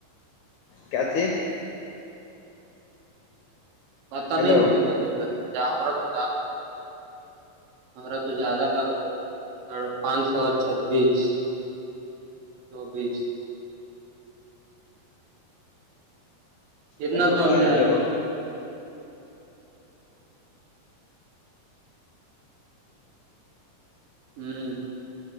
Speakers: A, on the left (about 80°); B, on the right (about 85°).
A: کیاچ <unintelligible>
B: پتہ
A: ہیلو
B: نہیں ہو کتنا توور رہا ج ہما تو جانا ہے <unintelligible> ہمارا تو زیادہ لگا تو ساڑھے پانچ سو چھبیس چوبیس کتنا
A: ہلو
B: تولتے
A: بھائی ہلو
B: ہیں ہوں